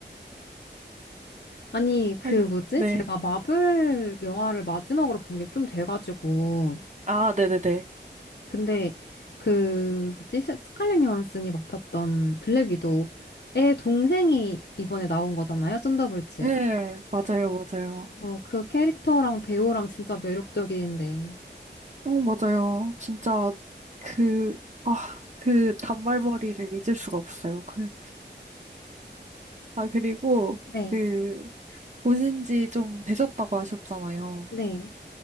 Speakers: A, on the left; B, on the right.
A: 아니, 그
B: 아,
A: 뭐지?
B: 네.
A: 제가 마블 영화를 마지막으로 본 게 좀 돼가지고,
B: 아, 네네네.
A: 근데 그 뭐지? 스- 스칼렛 요한슨이 맡았던 블랙 위도우의 동생이 이번에 나온 거잖아요. 썬더볼츠.
B: 네, 맞아요, 맞아요.
A: 어, 그 캐릭터랑 배우랑 진짜 매력적인데.
B: 어, 맞아요. 진짜 그, 아, 그 단발머리를 잊을 수가 없어요. 그, 아, 그리고
A: 네.
B: 그, 보신 지 좀 되셨다고 하셨잖아요.
A: 네.